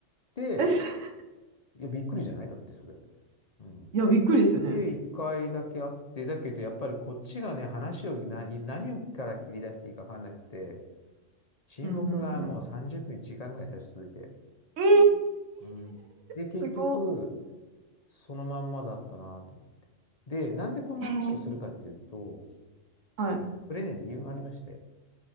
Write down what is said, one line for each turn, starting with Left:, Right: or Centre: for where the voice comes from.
Left: で
Right: え
Left: いや、びっくりじゃないだってそれ。うん。
Right: いや、びっくりですよね。
Left: それで一回だけ会って、だけどやっぱりこっちがね、話をな、何をから切り出していいか分かんなくて、沈黙がもう30分、
Right: うん、うん、うん。
Left: 1時間ぐらい最初続いて。
Right: ええ
Left: うん。で、結局、
Right: <laughs> すごっ。
Left: そのまんまだったなと思って。で、なんでこんな話をするかっていうと、
Right: ええはい、
Left: これね、理由がありまして、